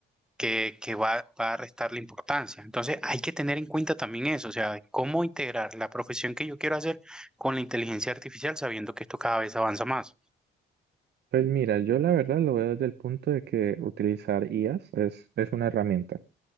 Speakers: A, in the centre; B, on the right.
A: que, que va, va a restarle importancia. Entonces hay que tener en cuenta también eso, o sea, cómo integrar la profesión que yo quiero hacer con la inteligencia artificial sabiendo que esto cada vez avanza más.
B: Pues mira, yo la verdad lo veo desde el punto de que utilizar IAs es, es una herramienta.